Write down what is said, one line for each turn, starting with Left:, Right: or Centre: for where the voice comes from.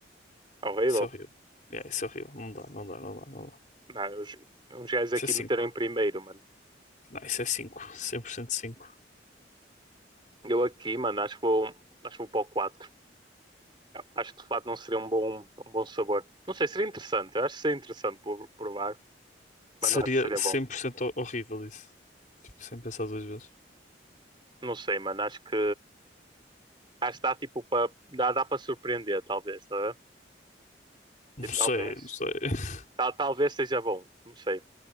Right: Horrível.
Left: Isso é horrível. É, isso é horrível. Não dá, não dá, não dá, não dá.
Right: Não, os, os gajos aqui
Left: Isso é cinco.
Right: meteram em primeiro, mano.
Left: Não, isso é cinco. cem por cento cinco.
Right: Eu aqui, mano, acho que vou, acho que vou para o quatro Acho que de fato não seria um bom, um bom sabor. Não sei, seria interessante. Eu acho que seria interessante por- provar,
Left: Seria
Right: mas não acho que seria
Left: 100%
Right: bom.
Left: ho- horrível isso. Tipo, sem pensar duas vezes.
Right: Não sei, mano. Acho que acho que dá tipo para dá, dá para surpreender, talvez, tá? a ver?
Left: Não
Right: Tipo,
Left: sei,
Right: talvez
Left: não sei. <laughs>
Right: tal- talvez seja bom, não sei.